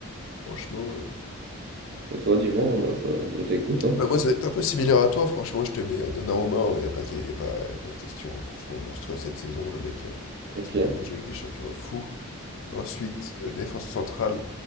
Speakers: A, on the left (about 60°); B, on the right (about 45°).
A: franchement. euh.
B: Mais toi, dis-moi, moi je, je t'écoute. Hein.
A: Bah moi, ça va être un peu similaire à toi, franchement, je te mets euh, Donnarumma, il n'y a pas de, y a pas, y a pas de question, hein. Franchement, monstrueux cette saison, le mec euh,
B: Ok.
A: sort des matchs de Ligue des Champions euh, fou. Ensuite, euh, défense centrale,